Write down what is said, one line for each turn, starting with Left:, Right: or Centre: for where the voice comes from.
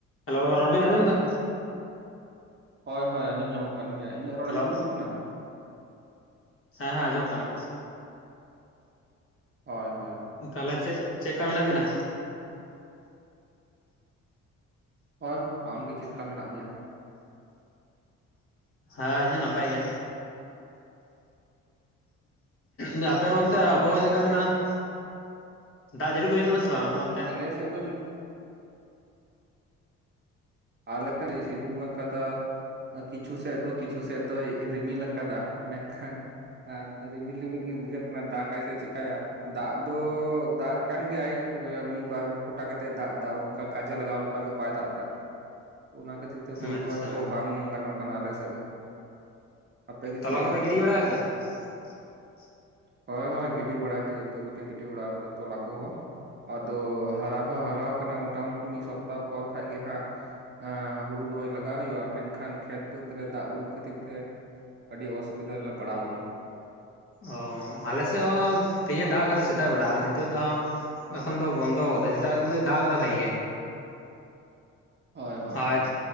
Left: Hello ᱨᱚᱲ ᱵᱤᱱ ᱟᱸᱡᱚᱢ ᱫᱟ
Right: ᱦᱚᱭ ᱦᱚᱭ ᱟᱸᱡᱚᱢ ᱧᱟᱢᱚᱜ ᱠᱟᱱ ᱜᱮᱭᱟ ᱤᱧᱟᱹᱜ ᱨᱚᱲ
Left: ᱦᱮᱞᱳ
Right: ᱟᱸᱡᱚᱢ ᱧᱟᱢᱚᱜ ᱠᱟᱱᱟ
Left: ᱦᱮᱸ ᱦᱮᱸ ᱟᱸᱡᱚᱢᱚᱜ ᱠᱟᱱᱟ
Right: ᱦᱳᱭ, ᱦᱳᱭ,
Left: ᱛᱟᱦᱞᱮ ᱪᱮᱫ ᱪᱮᱫᱠᱟ ᱢᱮᱱᱟᱜ ᱵᱤᱱᱟ?
Right: ᱦᱳᱭ ᱟᱢᱜᱮ ᱪᱮᱫ ᱞᱮᱠᱟ ᱢᱮᱱᱟᱜ ᱢᱮᱭᱟ?
Left: ᱦᱮᱸ ᱤᱧ ᱦᱚᱸ ᱱᱟᱯᱟᱭ ᱜᱮ ᱡᱮ ᱟᱯᱮ ᱚᱱᱛᱮ
Right: ᱮᱛᱷᱮᱱ ᱠᱷᱟᱱ
Left: ᱟᱵᱚᱦᱟᱣᱟ
Right: ᱜᱮ
Left: ᱪᱮᱫᱠᱟ ᱢᱮᱱᱟᱜᱼᱟ ᱫᱟᱜ ᱡᱟᱹᱲᱤ ᱠᱚ ᱦᱩᱭᱩᱜ ᱠᱟᱱᱟ ᱥᱮ ᱵᱟᱝ ᱟᱯᱮ ᱚᱱ
Right: ᱟᱞᱮ ᱥᱮᱫ ᱫᱚ ᱟᱞᱮ ᱥᱤᱛᱩᱝ ᱟᱠᱟᱫᱟ ᱠᱤᱪᱷᱩ ᱥᱮᱫ ᱫᱚ ᱠᱤᱪᱷᱩ ᱥᱮᱫ ᱫᱚᱭ ᱨᱤᱢᱤᱞ ᱟᱠᱟᱫᱟ ᱢᱮᱱᱠᱷᱟᱱ ᱟᱨ ᱨᱤᱢᱤᱞ ᱨᱤᱢᱤᱞ ᱜᱮ ᱵᱩᱡᱷᱟᱹᱜ ᱠᱟᱱᱟ ᱫᱟᱜᱟᱭ ᱥᱮ ᱪᱮᱠᱟᱭᱟ ᱫᱟᱜ ᱫᱚ ᱫᱟᱜ ᱮ ᱠᱟᱱ ᱜᱮᱭᱟᱭ ᱢᱤᱫ ᱵᱟᱨ ᱯᱷᱴᱟ ᱠᱟᱛᱮᱜ ᱮ ᱫᱟᱜ ᱮᱫᱟ ᱚᱱᱠᱟ ᱠᱟᱡᱮ ᱞᱟᱜᱟᱣ ᱞᱮᱠᱟ ᱫᱚ ᱵᱟᱭ ᱫᱟᱜ ᱮᱫᱟ ᱚᱱᱟ ᱠᱷᱟᱹᱛᱤᱨ ᱛᱮ ᱦᱩᱲᱩ
Left: ᱟᱪᱪᱷᱟ
Right: ᱨᱚᱦᱚᱭ ᱠᱚᱦᱚᱸ ᱵᱟᱝ ᱜᱟᱱᱚᱜ ᱠᱟᱱᱟ ᱟᱞᱮ ᱥᱮᱫ ᱫᱚ ᱟᱯᱮᱜᱮ
Left: ᱛᱚᱞᱟ
Right: ᱪᱮᱫ ᱞᱮᱠᱟ
Left: ᱠᱚᱯᱮ ᱜᱤᱰᱤ ᱵᱟᱲᱟ <unintelligible>
Right: ᱦᱳᱭ ᱦᱳᱭ ᱜᱤᱰᱤ ᱵᱟᱲᱟ ᱜᱮ ᱡᱚᱛᱚ ᱜᱮᱞᱮ ᱜᱤᱰᱤ ᱵᱟᱲᱟ ᱠᱟᱫᱟ ᱛᱚᱞᱟ ᱠᱚ ᱦᱚᱸ ᱟᱫᱚ ᱦᱟᱨᱟ ᱦᱚᱸ ᱦᱟᱨᱟᱣᱟᱠᱟᱱᱟ ᱢᱳᱚᱴᱟᱢᱩᱴᱤ ᱢᱤᱫ ᱥᱚᱯᱛᱟᱦ ᱯᱚᱨ ᱠᱷᱟᱡ ᱜᱮ ᱦᱟᱸᱜ ᱮᱸᱻ ᱦᱩᱲᱩ ᱨᱚᱦᱚᱭ ᱞᱟᱜᱟᱜ ᱦᱩᱭᱩᱜᱼᱟ ᱢᱮᱱᱠᱷᱟᱱ ᱠᱷᱮᱛ ᱵᱟᱹᱫᱽ ᱨᱮ ᱫᱟᱜ ᱵᱟᱹᱱᱩᱜ ᱠᱷᱟᱹᱛᱤᱨ ᱛᱮ ᱟᱹᱰᱤ ᱚᱥᱩᱵᱤᱫᱷᱟ ᱨᱮᱞᱮ ᱯᱟᱲᱟᱣ ᱠᱟᱱᱟ
Left: ᱚ ᱟᱞᱮ ᱥᱮᱫ ᱦᱚᱸ ᱛᱮᱦᱧᱮ ᱫᱟᱜ ᱠᱟᱫᱟ ᱥᱮᱛᱟᱜ ᱵᱟᱲᱟᱜᱟ ᱱᱤᱛᱚᱜ ᱫᱚ ᱮᱠᱷᱚᱱ ᱫᱚ ᱵᱚᱱᱫᱚ ᱠᱟᱫᱟᱭ ᱥᱮᱛᱟᱜ ᱫᱚ ᱫᱟᱜ ᱠᱟᱫᱟ ᱵᱷᱟᱜᱤ ᱜᱮ
Right: ᱦᱳᱭ ᱦᱳᱭ
Left: ᱟᱪ
Right: ᱦᱳᱭ᱾